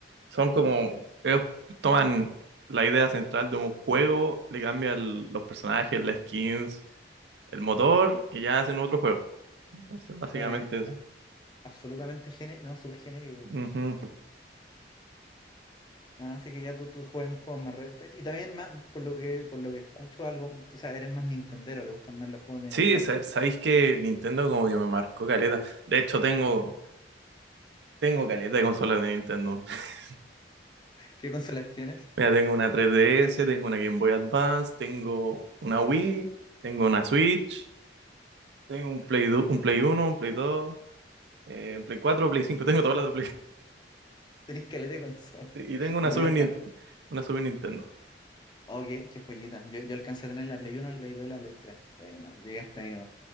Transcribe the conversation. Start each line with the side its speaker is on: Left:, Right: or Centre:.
Right: Son como, ellos toman la idea central de un juego, le cambian los personajes, las skins, el motor y ya hacen otro juego. Entonces, básicamente
Left: Claro, y es
Right: eso.
Left: absolutamente genérico, no, súper genérico. po.
Right: Ujú.
Left: Ah, Así que ya tú, tú juegas un juego más re- te- Y también más, por lo que, por lo que escucho algo, o sea, eres más nintendero, te gustan más los juegos de
Right: Sí,
Left: Nintendo.
Right: sa- sabéis que Nintendo como que me marcó caleta. De hecho, tengo, tengo caleta de consolas de Nintendo. <laughs>
Left: ¿Qué consolas tienes?
Right: Mira, tengo una 3DS, tengo una Game Boy Advance, tengo una Wii, tengo una Switch, tengo un Play, du- un Play uno un Play dos eh, un Play cuatro Play cinco tengo todas las de
Left: ¿Tenés caleta de consola?
Right: Sí, y
Left: <laughs>
Right: tengo una
Left: No
Right: Super,
Left: había alcanzado.
Right: Nin- una Super Nintendo,
Left: Oh, qué, qué joyita. Yo, yo alcancé a tener la Play uno, la Play dos y la Play tres Eh, no, llegué hasta ahí